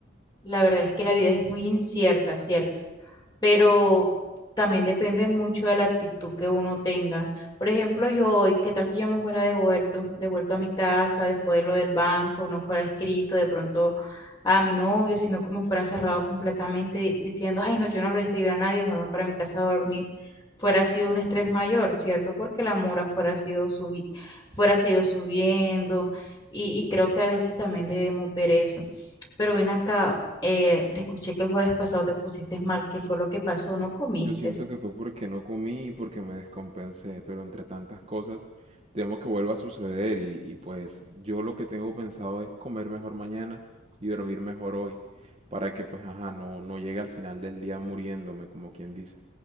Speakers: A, on the left; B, on the right.
A: la verdad es que la vida es muy incierta, ¿cierto? pero también depende mucho de la actitud que uno tenga. Por ejemplo, yo hoy, ¿qué tal que yo me fuera devuelto, devuelto a mi casa después de lo del banco, no fuera escrito de pronto a mi novio, sino como fuera cerrado completamente diciendo, ay, no, yo no lo escribí a nadie, mejor me voy para mi casa a dormir, fuera sido un estrés mayor, ¿cierto? Porque la mora fuera sido subi- fuera sido subiendo y, y creo que a veces también debemos ver eso. Pero ven acá, eh, te escuché que el jueves pasado te pusiste mal. ¿Qué fue lo que pasó? ¿No comiste?
B: Yo siento que fue porque no comí y porque me descompensé, pero entre tantas cosas temo que vuelva a suceder y, y pues yo lo que tengo pensado es comer mejor mañana y dormir mejor hoy para que pues ajá, no, no llegue al final del día muriéndome como quien dice.